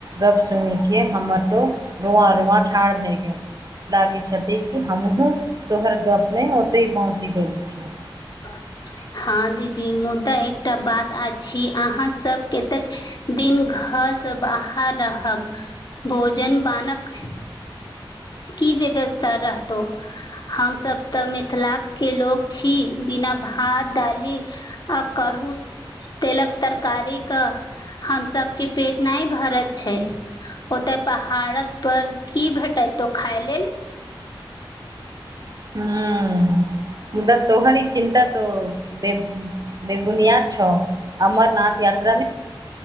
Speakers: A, on the right (about 45°); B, on the left (about 50°).
A: गप सुनि के हमर तो रुआं -रुआं ठाढ़ भए गेल। लागे छथि कि हमहूँ, तोहर गप मे ओतय पहुँच गेल छी।
B: ह <inaudible> हँ दीदी मुदा एकटा बात अछि, अहाँ सबक कतेक। दिन घरसँ बाहर रहब भोजन बानक कि व्यवस्था रहतौ, हमसब तऽ मिथिलाक के लोग छी बिना भात दाली आ करू तेलक तरकारी कऽ हम सब के पेट नहि भरत छै। ओते पहाड़क पर की भेटैतो खाय लेल।
A: हू। मुदा तोहार ई चिन्ता तो बे- बेबुनियाद छौ। अमरनाथ यात्रा में